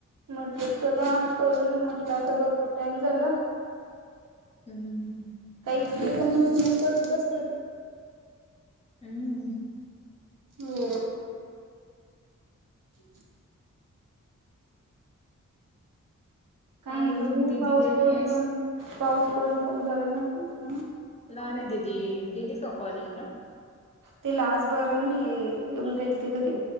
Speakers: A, on the right; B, on the left.
A: म्हटलं चला करून घेऊ म्हटलं आता भरपूर टाइम झाला.
B: हम्म
A: काहीचण मग परत बसले होते.
B: हम्म.
A: हो. <inaudible> काही
B: अजून
A: नाही गर
B: दिदी
A: पाऊस
B: गेलीये?
A: पडून पण पाऊस पडून पण गरमच
B: लान दिदी गेली का कॉलेज न.
A: ती लाच बरं आणि येऊन गेली ती घरी.